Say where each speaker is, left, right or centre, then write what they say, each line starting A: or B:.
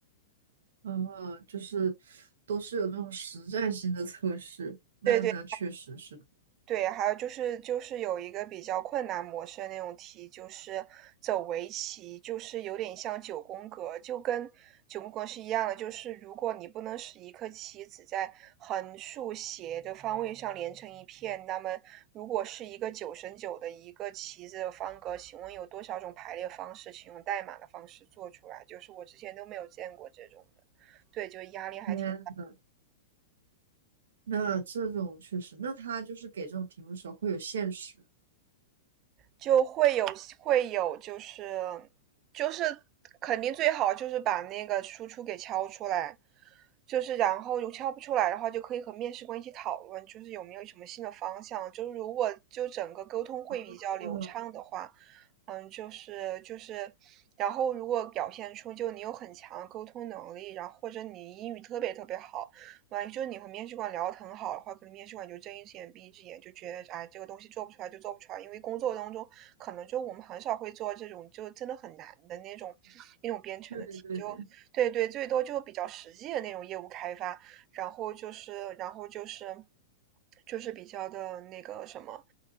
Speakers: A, on the right (about 70°); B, on the right (about 35°).
A: 啊，就是都是有这种实战性的测试，那那确实是，
B: 对对对，还有就是就是有一个比较困难模式的那种题，就是走围棋，就是有点像九宫格，就跟九宫格是一样的。就是如果你不能使一颗棋子在横、竖、斜的方位上连成一片，那么如果是一个九乘九的一个棋子的方格，请问有多少种排列方式？请用代码的方式做出来，就是我之前都没有见过这种的。对，就压力还挺。
A: 天那这种确实，那他就是给这种题目的时候会有限时。
B: 就会有会有就是就是肯定最好就是把那个输出给敲出来，就是然后如敲不出来的话，就可以和面试官一起讨论，就是有没有什么新的方向。就是如果就整个沟通会比较流畅的话，
A: 嗯
B: 嗯，就是就是，然后如果表现出就你有很强的沟通能力，然后或者你英语特别特别好，万一就是你和面试官聊得很好的话，可能面试官就睁一只眼闭一只眼，就觉得哎这个东西做不出来就做不出来，因为工作当中可能就我们很少会做这种就真的很难的那种那种编程的题，
A: 对对对对，
B: 就对对，最多就比较实际的那种业务开发，然后就是然后就是就是比较的那个什么。